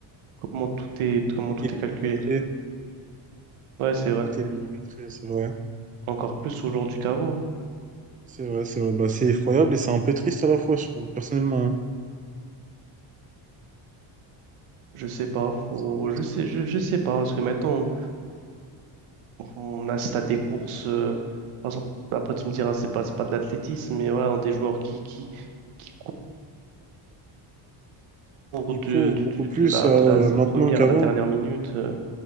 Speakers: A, on the right (about 80°); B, on the right (about 15°).
A: comment tout est, comment
B: tout
A: tout
B: est
A: est calculé.
B: millimétré.
A: Ouais, c'est vrai.
B: Tout est millimétré, c'est vrai. hein.
A: encore plus aujourd'hui qu'avant.
B: C'est vrai, c'est vrai. Bah, c'est effroyable et c'est un peu triste à la fois, je trouve, personnellement. hein.
A: Je sais pas, faut,
B: C'est un peu
A: je
B: triste.
A: sais, je, je sais pas, parce que maintenant, on assiste à des courses, euh, par exemple, après tu me diras, c'est pas, c'est pas de l'athlétisme, mais voilà, des joueurs qui, qui, qui courent
B: Ils
A: de,
B: courent beaucoup
A: de,
B: plus
A: de- de la,
B: euh,
A: de la
B: maintenant
A: première
B: qu'avant,
A: à la dernière minute. euh.